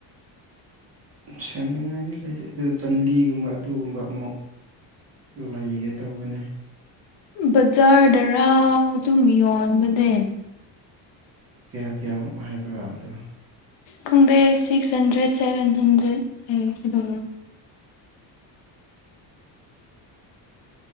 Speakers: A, on the right; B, on the left.
A: ꯁꯦꯝꯅꯤꯡꯉꯥꯏꯗꯤ ꯂꯩꯇꯦ ꯑꯗꯨ ꯆꯟꯗꯤꯒꯨꯝꯕ ꯑꯗꯨꯒꯨꯝꯕ ꯑꯃꯨꯛ ꯂꯩꯒꯦ ꯇꯧꯕꯅꯦ꯫
B: ꯕꯥꯖꯥꯔꯗꯔꯥ ꯑꯗꯨꯨꯝ ꯌꯣꯟꯕꯅꯦ꯫
A: ꯀꯌꯥ-ꯀꯌꯥꯃꯨꯛ ꯍꯥꯏꯕ꯭ꯔꯥ ꯑꯗꯣ?
B: ꯈꯪꯗꯦ ꯁꯤꯛꯁ ꯍꯟꯗ꯭ꯔꯦꯠ ꯁꯚꯦꯟ ꯍꯟꯗ꯭ꯔꯦꯠ ꯂꯩ ꯑꯗꯨ꯫